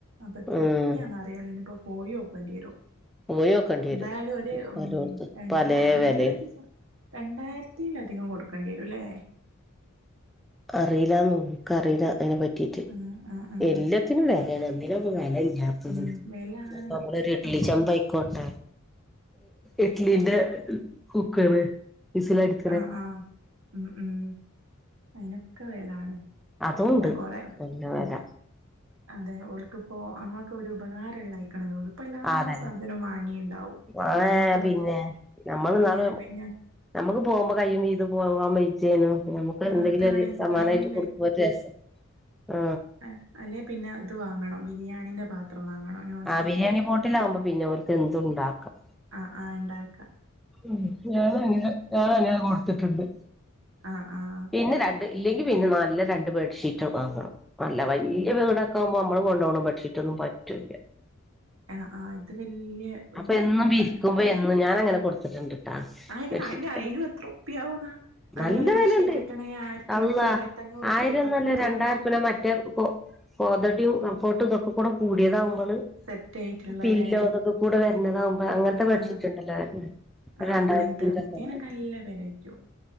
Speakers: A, on the right; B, in the centre.
A: അപ്പൊ എത്ര
B: ഉം
A: ഉറപ്പിയാ ഇതേനി ഇപ്പോ പോ യോക്കേണ്ടി വരോ
B: പോയോക്കേണ്ടി
A: എന്തായാലും
B: വരും
A: ഒരു ഉ
B: പലോട്ത്തും
A: രണ്ടായി
B: പലേ
A: രണ്ടായിരത്തി
B: വെലേണ്
A: സം രണ്ടായിരത്തിയിലധികം കൊടുക്കേണ്ടി വരും അല്ലേ
B: അറിയില്ലന്ന് നോക്ക അറിയില്ല അതിനെ പറ്റീട്ട്
A: ആഹ് ആഹ് ആഹ്
B: എല്ലാത്തിനും വിലയാണ് എയ് നാപ്പം വെല ഇല്ലാതെ ഞാപ്പൊരു
A: ഉം വെലാണ്
B: നമ്മളൊ ഒരു ഇഡ്ലി
A: അപ്പൊ
B: ചെമ്പ് കോട്ട ഇഡ്ലിന്റെ കുക്കറ് വിസ് ല് വരുന്നേ
A: ആഹ് ആഹ് ഉം ഉം അതിനൊക്കെ വെലാണ്
B: അതുണ്ട്
A: ഞാൻ കൊറെ
B: നല്ല വെല
A: ഉ അതെ ഓൽക്കുപ്പോ അമ്മക്ക് ഒരു ഉപകാരള്ള അയക്കണല്ലോ ഇപ്പ എല്ലാ
B: ആ അതന്നെ
A: സാധനവും വാങ്ങിണ്ടാവും
B: നാളെ
A: അമ്മക്ക്
B: പിന്നെ നമ്മള്
A: ആ
B: നാള്
A: നേരെ പിന്നെ
B: നമുക്ക് പോകുമ്പോ കയ്യും വീതെ പോവാൻ വേച്ചേനു നമുക്ക്
A: ആഹ്
B: എന്തെങ്കിലും
A: അതാണ്
B: ഒരു സമ്മാനയിട്ട്
A: അയിനും
B: കൊടുക്കുമ ഒരു രസം ആ
A: ആ അല്ലേ പിന്നെ ഇത് വാങ്ങണം ബിരിയാണീൻ്റെ പാത്രം വാങ്ങണം നോൺ സ്റ്റിക്കിന്റെ
B: ആ ബിരിയാണി പോട്ടിലാവുമ്പോ പിന്നെ ഓൽക്ക് എന്തു ഇണ്ടാക്കാം
A: ആഹ ആഹ ഇണ്ടാക്കാം
B: ഉ ഞൻ അങ്ങനെ ഞാൻ അങ്ങനെ കൊടുത്തിട്ടുണ്ട്
A: ആഹ് ആഹ്
B: പിന്നെ രണ്ട് ഇല്ലെങ്കിൽ പിന്നെ നല്ല രണ്ട് ബെഡ്ഷീറ്റക്കെ വാങ്ങണം നല്ല വലിയ വീടാക്കാവുമ്പോ നമ്മള് കൊണ്ടോന്ന ബെഡ്ഷീറ്റ് ഒന്നും പറ്റൂല്ല
A: ആഹ ആഹ ഇത് വല്യ വല്യ
B: അപ്പൊ എന്നും
A: വീടാണ്
B: വിരിക്കുമ്പോ എന്നും ഞാൻ അങ്ങനെ കൊടുത്തിട്ടുണ്ട് ട്ടാ
A: ആ
B: ബെഡ്ഷീറ്റൊക്കെ
A: അയി അയിനും എത്രരുപായ ആവുന്നാ നല്ലൊരു
B: നല്ല
A: ബെഡ്ഷീറ്റ്
B: വിലയുണ്ട്
A: കിട്ടണെങ്കിൽ ആയിരത്തി
B: അള്ളാ
A: ഇരുന്നൂറ് ആയിരത്തി അഞ്ഞൂറ്റുപ്പിയൊക്ക
B: ആയിരംന്നല്ല
A: ഒന്ന് മതിയാവൂല
B: രണ്ടായിരം റുപ്യന മറ്റേ കോ കോതടിയും കംഫോർട്ടും ഇതൊക്കെ കൂടിയതാകുമ്പോള്
A: സെറ്റ് ആയിട്ടുള്ളല്ലേ
B: പില്ലോ അതൊക്കെ കൂടെ വരണതാകുമ്പോ അങ്ങനത്തെ
A: ആഹ്
B: ബെഡ്ഷീറ്റ്
A: ആഹ്
B: ഉണ്ടല്ലോ അഹ്
A: ആഹ്
B: രണ്ടായിരത്തിന്റെ
A: അങ്ങനത്തെ അങ്ങനത്തേനൊക്കെ
B: ഒക്കെണ്ട്‌
A: നല്ല വെലയായിരിക്കും